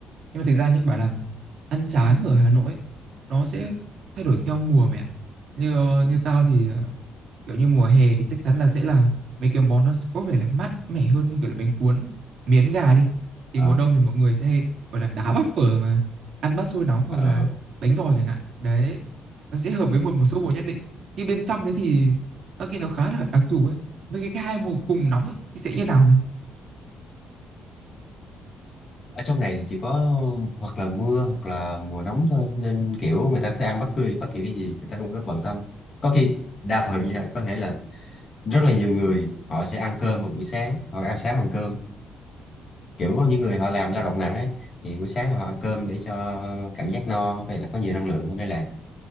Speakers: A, on the right (about 55°); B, on the left (about 35°).
A: nhưng mà thực ra nhé, bảo làm ăn sáng ở Hà Nội ấy, nó sẽ thay đổi theo mùa mày ạ. Như, ờ, như tao thì, ờ, kiểu như, mùa hè thì chắc chắn là sẽ là mấy cái món nó có vẻ là mát mẻ hơn như kiểu là bánh cuốn, miến gà đi.
B: Ờ.
A: Thì mùa đông thì mọi người sẽ hay, gọi là, đá bát phở mà ăn bát xôi nóng hoặc
B: Ờ.
A: là bánh giò chẳng hạn. Đấy, nó sẽ hợp với một một số mùa nhất định. Nhưng bên trong đấy thì tao nghĩ nó khá là đặc thù ấy. Với cái cái hai mùa cùng nóng ấy thì sẽ như nào mày?
B: ở trong này thì chỉ có hoặc là mưa hoặc là mùa nóng thôi nên kiểu người ta sẽ ăn bất cứ bất kỳ cái gì người ta không có bận tâm có khi đa phần nha, có thể là rất là nhiều người họ sẽ ăn cơm vào buổi sáng họ ăn sáng bằng cơm kiểu có những người họ làm lao động nặng ấy thì buổi sáng họ ăn cơm để cho cảm giác no vậy là có nhiều năng lượng hơn đây là